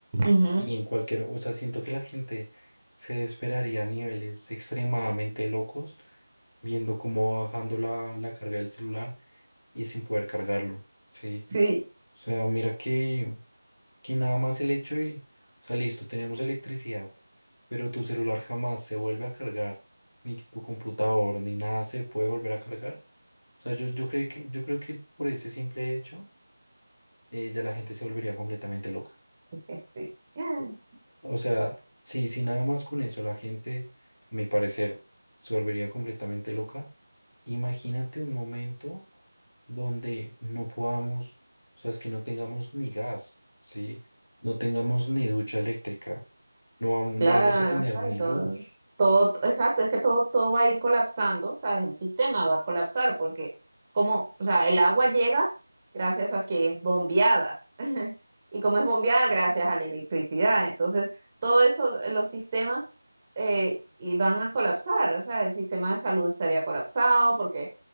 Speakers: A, on the right; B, on the left.
A: Ujú.
B: Y en cualquier, o sea, siento que la gente se desesperaría a niveles extremadamente locos viendo cómo va bajando la, la carga del celular y sin poder cargarlo, ¿sí?
A: Sí,
B: O sea, mira que, que nada más el hecho de, o sea, listo, tenemos electricidad, pero tu celular jamás se vuelve a cargar, ni tu computador, ni nada se puede volver a cargar. O sea, yo, yo creo que, yo creo que por ese simple hecho, eh, ya la gente se volvería completamente loca.
A: <laughs> sí.
B: O sea, si, si nada más con eso la gente, a mi parecer, se volvería completamente loca, imagínate un momento donde no podamos, o sea, es que no tengamos ni gas, ¿sí? No tengamos ni ducha eléctrica, no vamos,
A: Claro,
B: no vamos a tener
A: ¿sabes?
B: ni
A: Todo,
B: luz.
A: todo, exacto, es que todo, todo va a ir colapsando, ¿sabes? El sistema va a colapsar porque como, o sea, el agua llega gracias a que es bombeada <laughs> y como es bombeada gracias a la electricidad, entonces todo eso, eh, los sistemas eh, y van a colapsar, o sea, el sistema de salud estaría colapsado porque